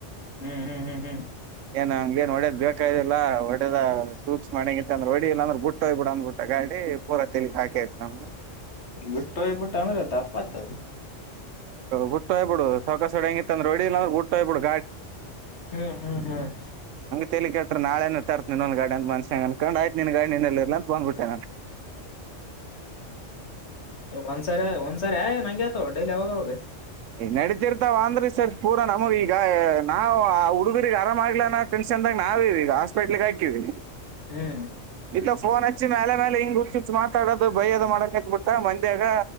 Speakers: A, on the left (about 60°); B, on the right (about 80°).
A: ಹ್ಮ್ ಹ್ಮ್ ಹ್ಮ್ ಹ್ಮ್
B: ಏನ್ ಹಂಗ ಏನ್ ಒಡೇದ್ ಬೇಕಿಲ್ಲ <unintelligible> ದ ಸೂಕ್ಷ್ಮಣಂಗಿತೆ ಅಂದ್ರೆ ಒಡಿ ಇಲ್ಲ ಅಂದ್ರೆ ಬಿಟ್ಟ ಹೋಗ್ಬ ಬಿಡ ಅಂದ್ಬ ಬಿಟ್ಟ ಗಾಡಿ ಪೂರ ತಿಲಿಕ್ ಹಾಕತಿ ನಮ್ಗೆ
A: ಬಿಟ್ಟೋ ಈ ಬಿಟ್ಟು ಅಮೇರತ ಅಪ್ಪತದ
B: ಹುಟ್ಟ ಹಯ್ಬ ಬಿಡು ಸಕು ಹ ಹೆಂಗಿ ಅಂದ್ರೆ ಹೊಡಿಲ್ಲ ಅಂದ್ರೆುಟ್ಟ ಹ್ಬಿಡು
A: ಹ್ಮ್ ಹ್ಮ್ ಹ್ಮ್
B: ತೆಲಿಕಾಪ್ರ ನಾಳೆನ ತರ್ತ್ನನ್ನ್ನೊಂದ ಗಾಡಿ ಅಂತ ಮನ್ಸ್ಯನ ಅನ್ಕೊಂಡ್ ಆಯ್ತು ನಿನ್ ನಿನ್ ಗಾಡಿ ನಿನ್ನತ್ಲೆ ಇರಲಿ ಅಂತ ಬಂದ್ಬಿಟ್ಟೆ ನಾನು
A: ಒನ್ಸಾರ ಒನ್ಸಾರ ನಂಗಗೆತ ಡೈಲಿ ಹಾವೋಗ ಬಾಗ
B: ನಡೆದಿರುತ್ತೆ ಅಂದ್ರಿ ಸರ್ ಪೂರಾ ನಮ ಈಗ ನಾವು ಆ ಹುಡುಗರಿಗೆ ಆರಾಮ್ ಆಗ್ಲ ಟೆ ನಾವ ಈಗ ಹಸ್ಪಿಟ್ಲ್ ಹಾಕಿವ
A: ಹ್ಮ್
B: ಈತ ಫೋನ್ ಅಚ್ಚಿ ಮೇಲೆ ಮೇಲೆ ಹಿಂಗ್ ಉಚ್ಚಿಚ್ಚ ಮಾತಾಡೋದು ಬಯದ ಮಾಡಕತ್ ಬಿಟ್ಟ ಮಂದ್ಯಾಗ